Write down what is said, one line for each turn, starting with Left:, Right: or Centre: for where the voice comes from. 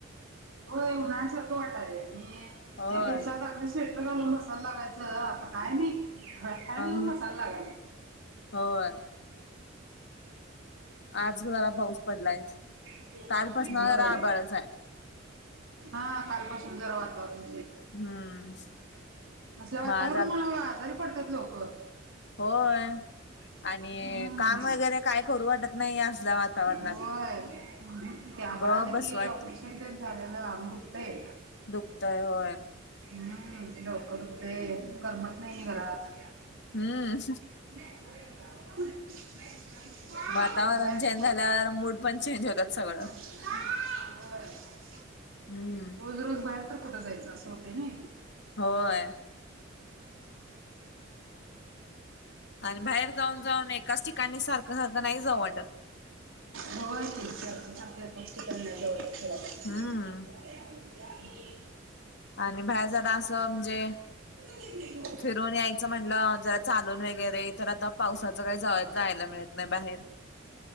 Right: हो उन्हाळ्यासारखं वाटालं आणि
Left: होय
Right: या दिवसाात
Left: अ
Right: अगदी स्वेट लावून बसावं लागायचं आता काही नाही. फॅन लावून
Left: ह
Right: बसायला लागाले.
Left: होय आज जरा पाऊस पडलाय.
Right: होय
Left: कालपासन जरा आभाळच आहे
Right: हा कालपासून जरा वातावरण
Left: हम्म
Right: असल्या वातावरणमुळे
Left: मग आज आलत
Right: आजारी पडतात लोक.
Left: होय आणि
Right: हम्म
Left: काम वगैरे काय करू वाटत नाही असल्या वातावरणात
Right: होय. ते आभाळ
Left: गप बसू
Right: की
Left: वाटतंय
Right: ऑपरेशन तेन झालेल अंग दुखतय.
Left: दुखतय होय.
Right: हम्म डोकं दुखतय करमत नाही घरात.
Left: हम्म
Right: <unintelligible>
Left: वातावरण
Right: बाहेर तर
Left: चेंज झाल्यावर मूड पण चेंज होतात सगळ.
Right: व्हय
Left: हम्म
Right: रोज रोज बाहेर तर कुठं जायचं. असं होत ना
Left: होय आणि बाहेर जाऊन जाऊन एकाच ठिकाणी सारखं सारखं नाही जाऊ वाटत.
Right: <unintelligible> <unintelligible>
Left: हम्म आणि बाहेर जरा असं म्हणजे
Right: <unintelligible>
Left: फिरून यायचं म्हणलं जरा चालून वगैरे तर आता पावसाचं काही जा जायला मिळत नाही बाहेर.